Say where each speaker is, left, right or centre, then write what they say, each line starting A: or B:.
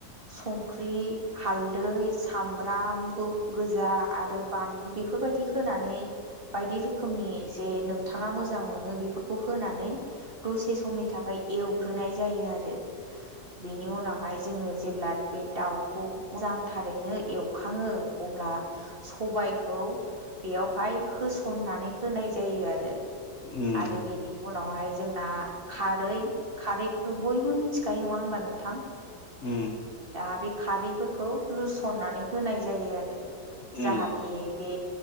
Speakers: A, on the right; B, on the left.
A: संख्रि, हालदै, सामब्राम गोजा आरो बानलु बेफोरक्षबायदि होनानै बायदि रोखोमनि जे नों नोंथां मोजां मोनो बेफोरखौ होनानै दसे समनि थाखाय एवग्रोनाय जायो आरो। बिनि उनावहाय। जों जेब्ला बे दाउखौ मोजांथारैनो एवखाङो अब्ला सबाय खौ बेयावहाय होसननानै होनाय जायो आरो।
B: उम
A: आरो बेनि उनावहाय। जोंना खारै खारैखौथ' बयबो मिथिखायो नङा होनबा नोंथां।
B: उम
A: दा बे खारैफोरखौ लुसननानै होनाय जायो आरो।
B: उम
A: जाहाथे बे